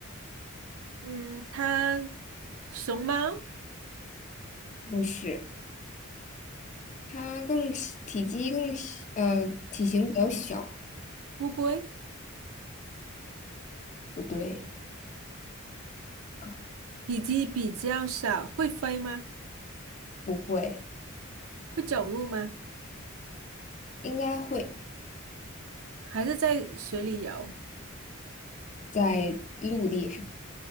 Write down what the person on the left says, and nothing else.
不是，它更小体积更小，呃，体型比较小，
不对啊，
不会，
应该会
在陆地上